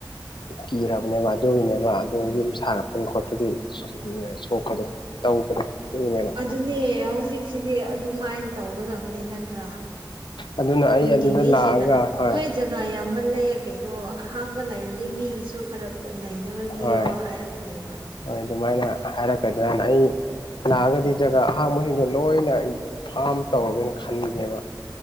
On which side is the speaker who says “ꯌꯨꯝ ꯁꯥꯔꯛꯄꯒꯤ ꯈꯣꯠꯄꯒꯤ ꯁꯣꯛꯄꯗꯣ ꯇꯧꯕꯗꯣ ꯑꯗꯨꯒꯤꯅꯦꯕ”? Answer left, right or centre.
Left